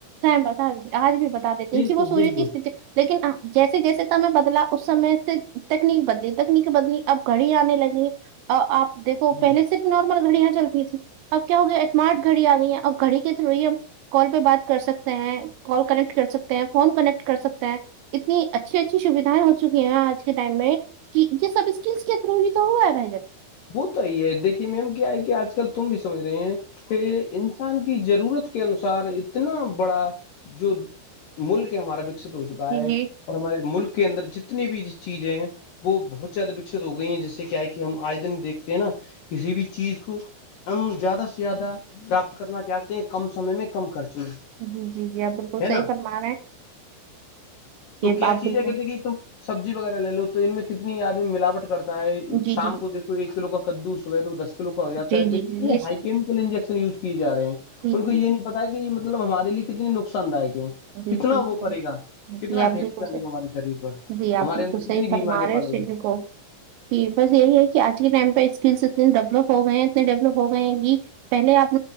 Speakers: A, on the right; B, on the left.
A: اج بھی بتا دیتے
B: بالکل
A: ہیں کہ وہ سوری
B: بالکل
A: لیکن جیسے جیسے تھا میں بدلا اس سمے سے تکنیک بدلی تکنیک کے بدلی اب گھڑی انے لگ رہی ہے آپ دیکھو
B: جی
A: پہلے صرف نارمل گھڑیاں چلتی تھی اب کیا ہو گیا اسمارٹ گھڑی آ گئی ہیں اب گڑی کے تھرو ہی ہم کال پہ بات کر کر سکتے ہیں کال کنیکٹ کر سکتے ہیں فون کنیکٹ کر سکتے ہیں اتنی اچھی اچھی سویدھائیں ہو چ چک ہیں آج کے ٹائم میں یہ سب اسکلس کے تھرو ہی تو ہوا ہے بھائی جب
B: وہ تو یہ ہے دیکھیے میم کیا ہے کہ آج کل تم بھی سمجھ رہے ہیں کہ انسان کی ضرورت کے انوسار اتنا بڑا جو ملک ہے ہمارا وکست ہو چکا
A: جی
B: ہے
A: جی
B: <unintelligible>
A: جی
B: اور ہمارے ملک کے اندر جتنی بھی چیزیں ہیں وہ بہت زیادہ وکست ہو گئی ہیں جیسے کیا ہے کہ ہم آج دن دیکتے ہیں نا کسی بھی چیز کو ہم زیادہ سے زیادہ پراپت کرنا چاہتے ہیں کم سمے میں کم خرچ میں
A: جی جی جی آپ بالکل
B: ہے
A: صحیح
B: نا
A: فرما رہے ہیں <unintelligible>
B: تو
A: یہ
B: کیا
A: آپ
B: چیز
A: بالکل
B: ہے کہ دیک کہ تم سبزی وغیرہ لے لو تو ان میں کتنی آدمی ملاوٹ کرتا <unintelligible> ہے
A: جی
B: شام
A: جی
B: کو دیکو ایک کلو کا کدو صبح تو دس کلو کا ہو جاتا
A: جی
B: ہے
A: جی
B: تو کتنے
A: جی یہ
B: ہائیکم انجیکشن یوز کیے ج رہے ہیں
A: جی
B: ان
A: جی
B: کو یہ نہیں پتا کہ یہ مطلب ہمارے لیے کتنی نقصان داک
A: جی
B: کتنا
A: جی جی
B: وہ کرے گا <unintelligible>
A: جی آپ
B: افیکٹ
A: بالکل
B: ڈالے
A: صحی
B: گا ہمارے شریر پر
A: جی
B: ہمارے
A: آپ بالکل
B: اندر
A: صحیح
B: کتنی
A: فرما
B: بیماریاں
A: رہے
B: پالے
A: ہو س
B: گا
A: کو ج بس یہی ہے کہ آج کے ٹائم پہ اسکلس اتنے ڈیولپ ہو گئے ہیں اتنے ڈیولپ ہو گئے ہیں کہ پہلے آپ